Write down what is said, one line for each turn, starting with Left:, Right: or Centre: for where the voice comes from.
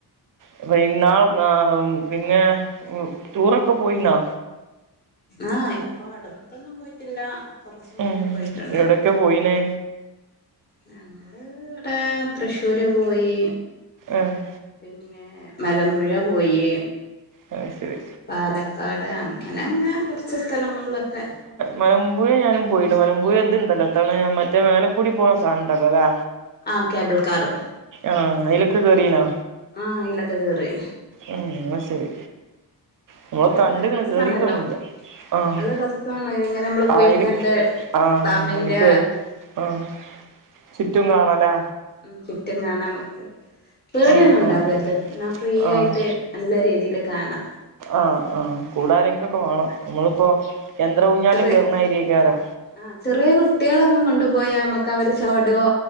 Right: <unintelligible> ഉം പിന്നെ ടൂറൊക്കെ പോയിന്നാ
Left: ആഹ് ഇപ്പൊ അടുത്തൊന്നും പോയിട്ടില്ല കൊറച്ച് മുന്നേ
Right: ഉം
Left: പോയിട്ടൊണ്ട്
Right: എവിടൊക്കെ പോയിന്
Left: ഞങ്ങള് ഇവടെ തൃശ്ശൂര് പോയി
Right: ആഹ്
Left: പിന്നെ മലമ്പുഴ പോയി
Right: അത് ശരി
Left: പാലക്കാട് അങ്ങനെ അങ്ങനെ കൊറച്ച് സ്ഥലങ്ങളിലൊക്കെ
Right: മലമ്പുഴെ ഞാനും പോയിണ്ട് മലമ്പുഴ ഇതുണ്ടല്ലോ എന്താണ് മറ്റേ മേലെക്കൂടി പോകണ സാധനംണ്ടല്ലോ ല്ലേ
Left: ആഹ് കേബിൾ കാറ്
Right: ആഹ് അയിലൊക്കെ കേറീനാ
Left: ആഹ് അയിലൊക്കെ കേറി
Right: ഉം എന്ന ശരി നമ്മള്
Left: നല്ല
Right: കണ്ടിക്കണ്
Left: രസാണല്ലോ
Right: കേറീട്ടൊന്നില്ല ആഹ്
Left: നല്ല രസാണ് ഇതിങ്ങനെ നമ്മള് പോയിക്കാണ്ട്
Right: ആയിരിക്കും ആഹ്
Left: ഡാമിന്റെ
Right: <unintelligible> ആഹ് ചുറ്റും കാണാ ല്ലേ
Left: ഉം ചുറ്റും കാണാമ്മക്ക് പേടിയൊന്നും
Right: ആഹ്
Left: ഉണ്ടാവരുത്
Right: ആഹ് ആഹ്
Left: എന്നാ ഫ്രീ
Right: ആഹ്
Left: ആയിട്ട് നല്ല രീതിയില് കാണാം
Right: ആഹ് ആഹ് കൂടാരെങ്കിലുക്കെ വേണം നമ്മളിപ്പോ യന്ത്ര ഊഞ്ഞാലില്
Left: ചെറിയ
Right: <unintelligible>
Left: ആഹ് ചെറിയ കുട്ടികളൊന്നും കൊണ്ടുപോയാ മ്മക്ക് അവര് ചോടുവോ